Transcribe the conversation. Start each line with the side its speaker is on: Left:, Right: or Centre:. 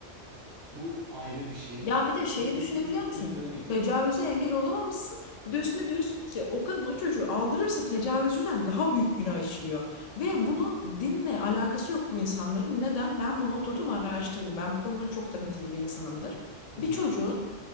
Right: Bu ayrı bir şey.
Left: Ya bir de şeyi
Right: Bir de gitmiş
Left: düşünebiliyor
Right: üstüne
Left: musun?
Right: böyle diyorsun.
Left: Tecavüze engel olamamışsın. Bir de üstüne diyorsun ki o kadın o çocuğu aldırırsa tecavüzcüden daha büyük günah işliyor. Ve bunu dinle alakası yok bu insanların. Neden? Ben bunu oturdum araştırdım. Ben bu konulara çok takıntılı bir insanımdır.
Right: Hı
Left: Bir
Right: hı,
Left: çocuğun